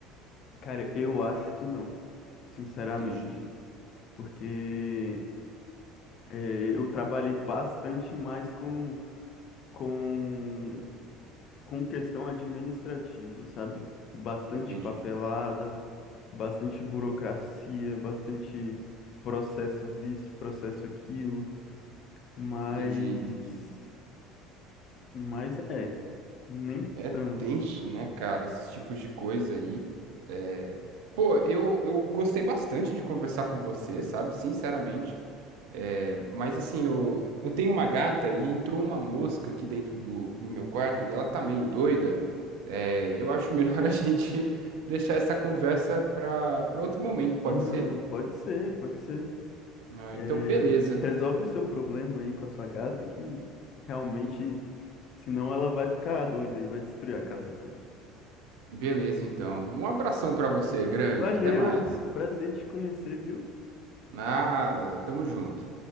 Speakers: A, on the left; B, on the right.
A: cara, eu acho que não, sinceramente.
B: entendi,
A: Porque eh, eu trabalhei bastante mais com, com, com questão administrativa, sabe? Bastante
B: entendi,
A: papelada, bastante burocracia, bastante processos isso, processo aquilo. Mas,
B: entendi, entendi.
A: mas é, nem
B: É
A: tanto
B: tenso,
A: assim.
B: né, cara? Esses tipos de coisa aí. É, Pô, eu, eu gostei bastante de conversar com você, sabe? Sinceramente. É, Mas assim, eu, eu tenho uma gata e entrou uma mosca aqui dentro do, do meu quarto e ela tá meio doida. É, Eu acho melhor <laughs> a gente deixar essa conversa pra, pra outro momento, pode
A: Não,
B: ser?
A: pode ser, pode ser.
B: Ah,
A: É,
B: então, beleza.
A: resolve seu problema aí com a sua gata que realmente, senão ela vai ficar doida e vai destruir a casa toda.
B: Beleza, então. Um abração pra você, grande.
A: Valeu,
B: Até mais.
A: prazer te conhecer, viu?
B: Nada, tamo junto.